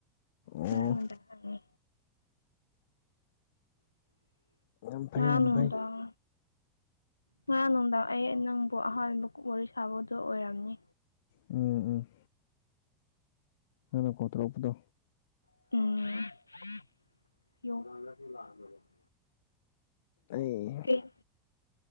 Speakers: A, on the left; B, on the left.
A: ꯉꯔꯥꯡ
B: ꯑꯣ
A: ꯅꯨꯗꯥꯡ ꯍꯪꯉꯤ
B: ꯌꯥꯝ ꯐꯩ
A: ꯉꯔꯥꯡ
B: ꯌꯥꯝ
A: ꯅꯨꯡꯗꯥꯡ
B: ꯐꯩ
A: ꯉꯔꯥꯡ ꯅꯨꯡꯗꯥꯡ ꯑꯩ ꯅꯪꯕꯨ ꯑꯍꯥꯟꯕ ꯋꯥꯔꯤ ꯁꯥꯕꯗꯨ ꯑꯣꯏꯔꯝꯅꯤ
B: ꯎꯝ ꯎꯝ ꯅꯪꯅ ꯀꯣꯜ ꯇꯔꯨꯛꯄꯇꯣ
A: ꯎꯝ
B: ꯑꯩ
A: ꯀꯩ